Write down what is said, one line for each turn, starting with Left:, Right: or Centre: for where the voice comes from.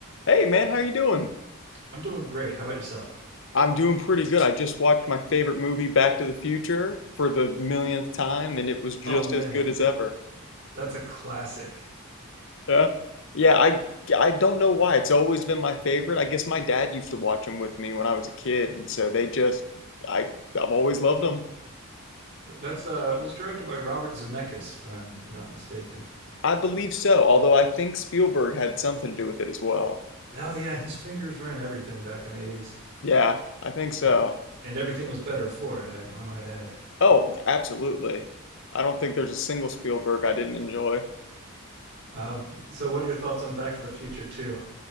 Left: Hey man, how you doing?
Right: I'm doing great. How about yourself?
Left: I'm doing pretty good. I just watched my favorite movie, Back to the Future, for the millionth time, and it was just
Right: Oh man,
Left: as good as ever.
Right: that's a classic.
Left: Yeah. Yeah, I I don't know why. It's always been my favorite. I guess my dad used to watch them with me when I was a kid, and so they just I I've always loved them.
Right: That's uh, it was directed by Robert Zemeckis, if I'm not mistaken.
Left: I believe so, although I think Spielberg had something to do with it as well.
Right: Oh yeah, his fingers were in everything back in the '80s,
Left: Yeah, I think so.
Right: uh, and everything was better for it. I, I might add.
Left: Oh, absolutely. I don't think there's a single Spielberg I didn't enjoy.
Right: Um, so, what are your thoughts on Back to the Future too?